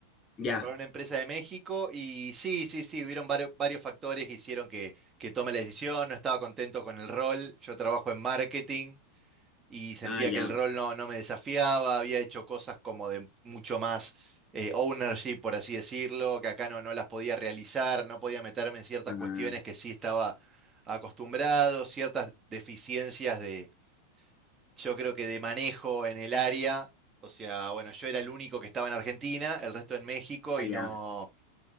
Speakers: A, on the left; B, on the right.
A: Ya.
B: para una empresa de México y sí, sí, sí, hubieron vario- varios factores que hicieron que, que tome la decisión, no estaba contento con el rol, yo trabajo en marketing y sentía
A: Ah, ya.
B: que el rol no, no me desafiaba, había hecho cosas como de mucho más eh, ownership, por así decirlo, que acá no, no las podía realizar, no podía meterme en ciertas
A: Ah,
B: cuestiones que sí estaba acostumbrado, ciertas deficiencias de, yo creo que de manejo en el área. O sea, bueno, yo era el único que estaba en Argentina, el resto en México
A: ah,
B: y
A: ya.
B: no,